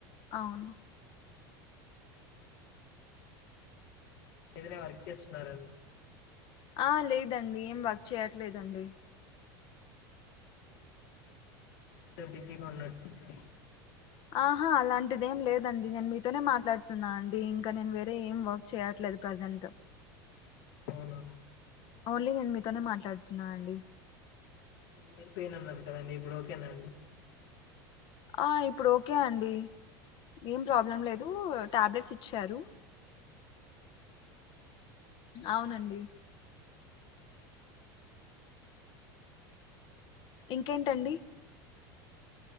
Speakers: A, on the left; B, on the left.
A: అవును
B: ఏదైనా వర్క్ చేస్తున్నారండి
A: ఆ లేదండి ఏం వర్క్ చేయట్లేదండి
B: ఐతే బిజీగా ఉన్నటు ఉంటే
A: ఆహా అలాంటిది ఏం లేదండి నేను మీతోనే మాట్లాడుతున్నా అండి ఇంకా నేను వేరే ఏం వర్క్ చేయట్లేదు ప్రజెంట్
B: అవునా
A: ఓన్లీ నేను మీతోనే మాట్లాడుతున్నా అండి
B: ఇయర్ పెయిన్ ఉన్నది కాదండి ఇప్పుడు ఓకేనా అండి
A: ఆ ఇప్పుడు ఓకే అండి ఏం ప్రాబ్లం లేదు టాబ్లెట్స్ ఇచ్చారు అవునండి ఇంకేంటండి